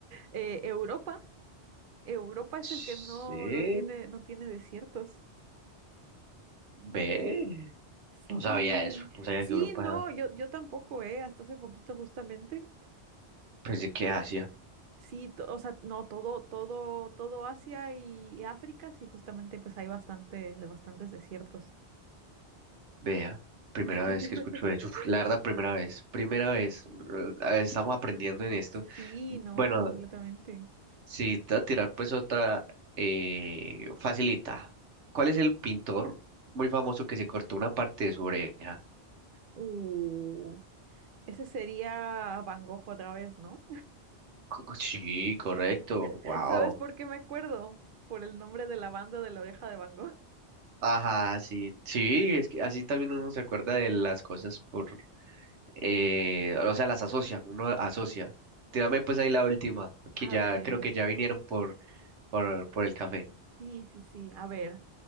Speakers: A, on the right (about 60°); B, on the right (about 90°).
A: Eh, Europa. Europa es
B: Sí.
A: el que no, no tiene, no tiene desiertos.
B: Ve.
A: Sí,
B: No sabía eso. No sabía
A: sí,
B: que Europa
A: no,
B: era.
A: yo, yo tampoco, eh, hasta hace poquito justamente.
B: Pensé que Asia.
A: Sí, to- o sea, no, todo, todo, todo Asia y, y África, sí, justamente pues hay bastante, bastantes desiertos.
B: Vea. Primera
A: <laughs>
B: vez que escucho eso. <laughs> La verdad, primera vez. Primera vez. Uh, Estamos aprendiendo en esto.
A: Sí, no,
B: Bueno,
A: completamente.
B: si te va a tirar pues otra. Eh, facilita. ¿Cuál es el pintor muy famoso que se cortó una parte de su oreja?
A: Uh, ese sería Van Gogh otra vez, ¿no?
B: <laughs> Co- co- Sí, correcto.
A: <laughs>
B: Wow.
A: ¿Sabes por qué me acuerdo? Por el nombre de la banda de la oreja de Van Gogh.
B: Ajá, sí, sí, es que así también uno se acuerda de las cosas por, eh, o sea, las asocia, uno asocia. Tírame pues ahí la última, que
A: <laughs> A
B: ya
A: ver,
B: creo que ya vinieron por, por, por el café.
A: sí, sí, sí, a ver.